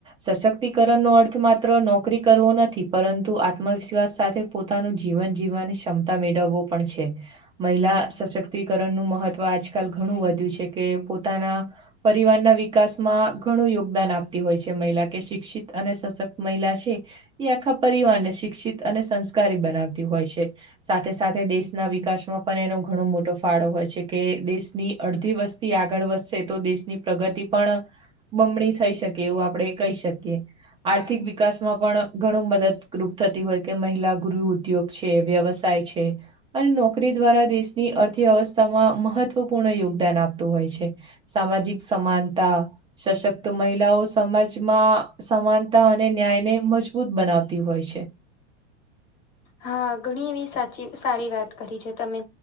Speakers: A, on the right; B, on the left.
A: સશક્તિકરણ નો અર્થ માત્ર નોકરી કરવો નથી પરંતુ આત્મવિશ્વાસ સાથે પોતાનું જીવન જીવવાની ક્ષમતા મેળવવો પણ છે. મહિલા સશક્તિકરણનું મહત્વ આજકાલ ઘણું વધ્યું છે કે પોતાના પરિવારના વિકાસમાં ઘણું યોગદાન આપતી હોય છે મહિલા કે શિક્ષિત અને સશક્ત મહિલા છે એ આખા પરિવારને શિક્ષિત અને સંસ્કારી બનાવતી હોય છે. સાથે સાથે દેશના વિકાસમાં પણ એનો ઘણો મોટો ફાળો હોય છે કે દેશની અડધી વસ્તી આગળ વધશે તો દેશની પ્રગતિ પણ બમણી થઈ શકે એવું આપડણે કહી શકીએ. આર્થિક વિકાસમાં પણ ઘણું મદદરૂપ થતી હોય કે મહિલા ગુરુ ઉદ્યોગ છે વ્યવસ્થા છે. અને નોકરી દ્વારા દેશની અર્થવ્યવસ્થામાં મહત્વપૂર્ણ યોગદાન આપતું હોય છે. સામાજિક સમાનતા સશક્ત મહિલાઓ સમાજમાં સમાનતા અને ન્યાયને મજબૂત બનાવતી હોય છે.
B: હા ઘણી એવી સાચી સારી વાત કરી છે તમે.